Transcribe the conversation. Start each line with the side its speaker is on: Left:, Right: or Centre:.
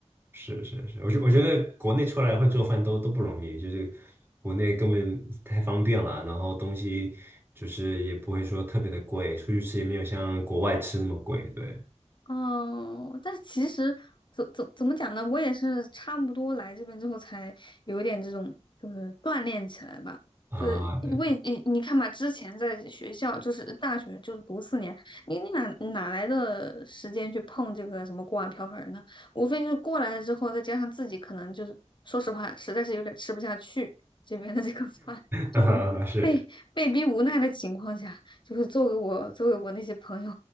Right: 是是是，我觉我觉得国内出来会做饭都都不容易，就是国内根本太方便了，然后东西就是也不会说特别的贵，出去吃也没有像国外吃那么贵，对
Left: 哦，但其实怎怎怎么讲呢？我也是差不多来这边之后才有一点这种，就是锻炼起来吧。
Right: 啊，
Left: 就是因为你你看嘛，
Right: <laughs> 那
Left: 之前在学校就是大学就是读四年，你你哪哪来的时间去碰这个什么锅碗瓢盆儿呢？无非就是过来了之后，再加上自己可能就是说实话，实在是有点吃不下去这边的这个 <laughs> 饭，
Right: 啊是。
Left: 就被逼无奈的情况下，就是做给我做给我那些朋友